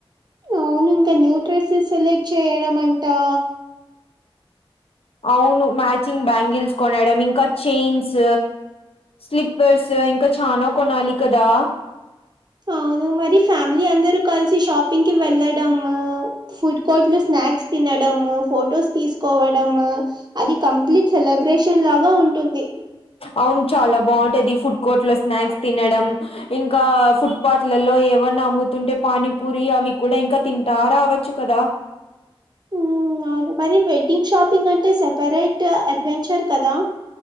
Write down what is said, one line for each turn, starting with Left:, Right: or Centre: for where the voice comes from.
Right: అవును ఇంకా న్యూ డ్రెసెస్ సెలెక్ట్ చేయడం అంటా
Left: అవును మ్యాచింగ్ బ్యాంగిల్స్ కొనడం, ఇంకా చైన్స్ స్లీప్పర్స్ ఇంకా చానా కొనాలి కదా.
Right: అవును మరి ఫ్యామిలీ అందరు కలిసి షాపింగ్ కి వెళ్ళడం, ఫుడ్ కోర్టులో స్నా స్నాక్స్ తినడం, ఫొటోస్ తీసుకోవడం అది కంప్లీట్ సెలబ్రేషన్ లాగా ఉంటుంది.
Left: అవును చాలా బాగుంటది ఫుడ్ కోర్టు లో స్నాక్స్ తినడం ఇంకా ఫుట్పాత్లలో లో ఏమన్నా అమ్ముతుంటే పానీపూరి అవి కూడా ఇంకా తింటా రావచ్చు కదా
Right: ఉమ్ అవును మరి వెడ్డింగ్ షాపింగ్ అంటే సెపరేట్ అడ్వెంచర్ కదా